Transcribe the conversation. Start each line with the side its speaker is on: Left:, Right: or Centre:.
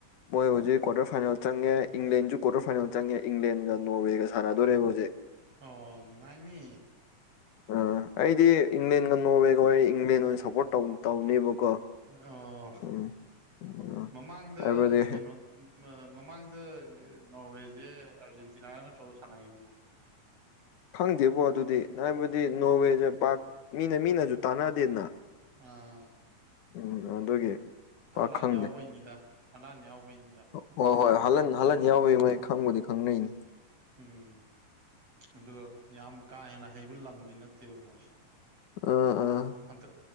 Left: ꯃꯣꯏ ꯍꯧꯖꯤꯛ ꯀ꯭ꯋꯥꯇꯔ ꯐꯥꯏꯅꯦꯜ ꯆꯪꯉꯦ ꯏꯪꯂꯦꯟꯁꯨ ꯀ꯭ꯋꯥꯇꯔ ꯐꯥꯏꯅꯦꯜ ꯆꯪꯉꯦ ꯏꯪꯂꯦꯟꯒ ꯅꯣꯔꯋꯦꯒ ꯁꯥꯟꯅꯗꯣꯔꯦꯕ ꯍꯧꯖꯤꯛ
Right: ꯑꯣ ꯅꯨꯡꯉꯥꯏꯃꯤ
Left: ꯑꯥ ꯑꯩꯗꯤ ꯏꯪꯂꯦꯟꯒ ꯅꯣꯔꯋꯦꯒ ꯑꯣꯏꯅ ꯏꯪꯂꯦꯟ ꯑꯣꯏꯅ ꯁꯞꯄꯣꯔꯠꯧ ꯇꯧꯅꯦꯕꯀꯣ
Right: ꯑꯣ
Left: ꯎꯝ ꯎꯝ
Right: ꯃꯃꯥꯡꯗ
Left: ꯍꯥꯏꯕꯗꯤ
Right: ꯀꯩꯅꯣ ꯃꯃꯥꯡꯗ ꯅꯣꯔꯋꯦꯁꯦ ꯑꯥꯔꯖꯦꯟꯇꯤꯅꯥ ꯅꯠꯇ꯭ꯔꯣ ꯁꯥꯟꯅꯈꯤꯕꯗꯨꯕꯨꯣ
Left: ꯈꯪꯗꯦꯕꯣ ꯑꯗꯨꯗꯤ ꯍꯥꯏꯕꯗꯤ ꯅꯣꯋꯦꯁꯦ ꯄꯥꯛ ꯃꯤꯅ ꯃꯤꯅꯁꯨ ꯇꯥꯟꯅꯗꯦꯅ
Right: ꯑ
Left: ꯎꯝ ꯑꯗꯨꯒꯤ ꯄꯥꯛ
Right: ꯍꯂꯥꯟ
Left: ꯈꯪꯗꯦ
Right: ꯌꯥꯎꯕꯩꯅꯤꯗ ꯍꯂꯥꯟ ꯌꯥꯎꯕꯩꯅꯤꯗ
Left: ꯍꯣꯏ
Right: ꯃꯣꯏ
Left: ꯍꯣꯏ ꯍꯜꯍꯟ
Right: ꯀꯩꯅꯣ ꯇꯧꯔꯤꯁꯦ
Left: ꯍꯜꯍꯟ ꯌꯥꯎꯕꯩ ꯃꯩ ꯈꯪꯕꯨꯗꯤ ꯈꯪꯅꯩꯅꯤ
Right: ꯎꯝ ꯑꯗꯨꯒ ꯌꯥꯝ ꯀꯥ ꯍꯦꯟꯅ ꯍꯩꯕ ꯂꯝꯗꯤ ꯅꯠꯇꯦꯕ ꯃꯣꯏꯁꯦ
Left: ꯑꯥ
Right: ꯑꯗꯣ
Left: ꯑꯥ
Right: ꯍꯟ